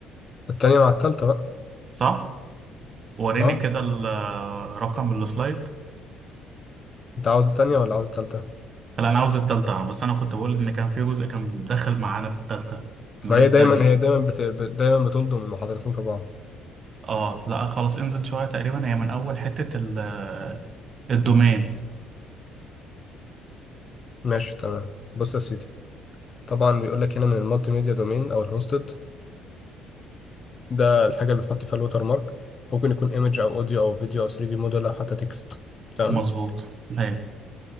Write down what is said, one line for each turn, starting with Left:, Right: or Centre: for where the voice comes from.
Left: التانية مع التالتة بقى
Right: صح وريني
Left: اه
Right: كده ال- رقم السلايد
Left: انت عاوز التانية ولا عاوز التالتة
Right: لا انا عاوز التالتة بس انا كنت بقول ان كان في جزء كان داخل معانا في التالتة من
Left: ما هي
Right: التاني
Left: دايما هي دايما بت... بت- دايما بتلضم المحاضرتين في بعض
Right: اه لا خلاص انزل شوية تقريبا هي من اول حتة ال- الدومين
Left: ماشي تمام بص يا سيدي طبعا بيقول لك هنا من المالتي ميديا دومين او الهوستد ده الحاجه اللي بنحط فيها الوتر مارك ممكن يكون ايمج او اوديو او فيديو او 3 دي موديل او حتى تكست تمام،
Right: مظبوط هي